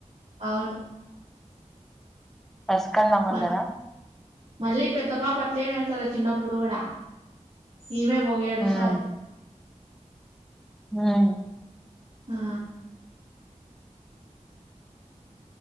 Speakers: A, on the right; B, in the centre.
A: అవును
B: అసుక అమలుగరా
A: మ మళ్ళీ పెద్ద పాపట్లేమి ఏడుసల చిన్నప్పుడు కూడా ఈమె బోగ ఏడుస్తాది
B: ఉమ్ ఉమ్మ్
A: ఆ